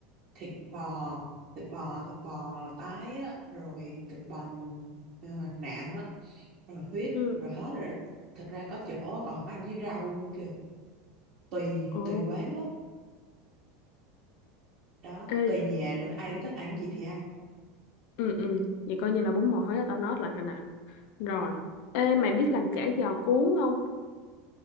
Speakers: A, on the right (about 55°); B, on the left (about 65°).
A: thịt bò thịt bò thịt bò tái á rồi thịt bò ờ, nạm á rồi huyết
B: ừ
A: rồi hết rồi đó thực ra có chỗ còn không ăn với rau nữa kìa tùy
B: ồ
A: tùy quán lắm đó
B: Ê,
A: tùy nhà nữa ai có thích ăn gì thì ăn
B: ừ ừ vậy coi như là bún bò Huế là tao nói lại rồi nè rồi ê mày biết làm chả giò cuốn không